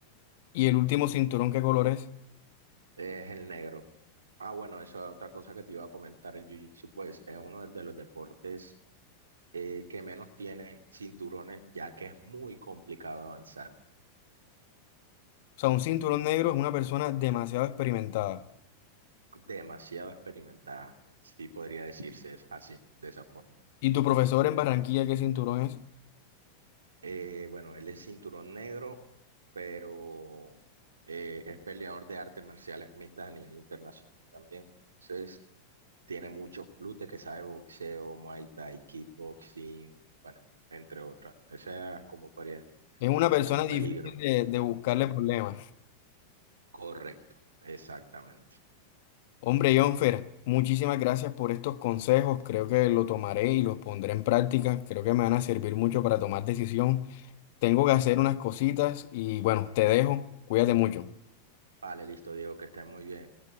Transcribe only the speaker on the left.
¿Y el último cinturón qué color es?
O sea, un cinturón negro es una persona demasiado experimentada.
¿Y tu profesor en Barranquilla qué cinturón es?
Es una persona
difícil
de, de buscarle problemas.
Hombre, Jonfer, muchísimas gracias por estos consejos. Creo que lo tomaré y los pondré en práctica. Creo que me van a servir mucho para tomar decisión. Tengo que hacer unas cositas y bueno, te dejo. Cuídate mucho.